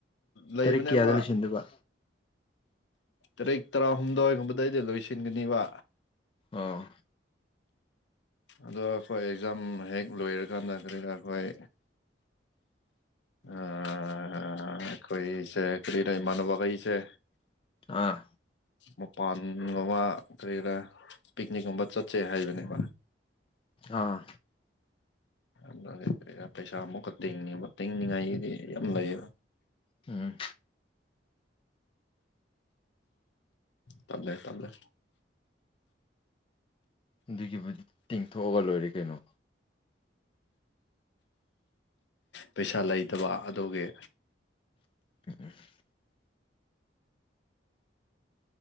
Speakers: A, on the left; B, on the left.
A: ꯂꯩꯕꯅꯦꯕ
B: ꯇꯔꯤꯛ ꯀꯌꯥꯗ ꯂꯣꯏꯁꯤꯟꯗꯕ
A: ꯇꯔꯦꯛ ꯇꯔꯥꯍꯨꯝꯗꯣꯏ ꯒꯨꯝꯕꯗꯩꯗꯤ ꯂꯣꯏꯁꯤꯟꯒꯅꯤꯕ
B: ꯑꯥ
A: ꯑꯗꯣ ꯑꯩꯈꯣꯏ ꯑꯦꯛꯖꯥꯝ ꯍꯦꯛ ꯂꯣꯏꯔꯀꯥꯟꯗ ꯀꯔꯤꯔ ꯑꯩꯈꯣꯏ ꯑ ꯑꯩꯈꯣꯏꯁꯦ ꯀꯔꯤꯔ ꯏꯃꯥꯟꯅꯕ ꯈꯩꯁꯦ
B: ꯑꯥ
A: ꯃꯄꯥꯟꯒꯨꯝꯕ ꯀꯔꯤꯔꯥ ꯄꯤꯛꯅꯤꯛꯀꯨꯝꯕ ꯆꯠꯁꯦ ꯍꯥꯏꯕꯅꯦꯕ
B: ꯑꯥ
A: ꯑꯗꯨ ꯄꯩꯁꯥ ꯑꯃꯨꯛꯀ ꯇꯦꯡꯅꯤꯡꯕ ꯇꯤꯡꯅꯤꯡꯉꯥꯏꯒꯤꯗꯤ ꯌꯥꯝ ꯂꯩꯌꯦꯕ꯫
B: ꯎꯝ
A: ꯇꯜꯂꯦ ꯇꯜꯂꯦ
B: ꯑꯗꯨꯒꯤꯕꯨꯗꯤ ꯇꯤꯡꯊꯣꯛꯑꯒ ꯂꯣꯏꯔꯦ ꯀꯩꯅꯣ
A: ꯄꯩꯁꯥ ꯂꯩꯇꯕ ꯑꯗꯨꯒꯤ꯫
B: <inaudible>